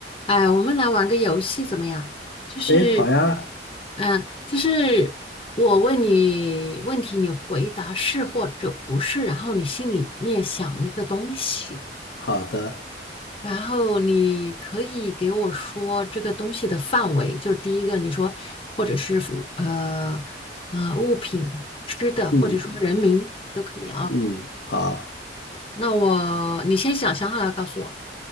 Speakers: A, on the left; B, on the left.
A: 哎，我们来玩个游戏怎么样？就是，
B: 哎，好呀，
A: 嗯，就是我问你问题，你回答是或者不是，然后你心里面想一个东西，
B: 好的，
A: 然后你可以给我说这个东西的范围，就是第一个你说，或者是服呃呃物品、吃的，
B: 嗯
A: 或者说人名都可以。
B: 嗯，好，
A: 那我你先想想好了告诉我。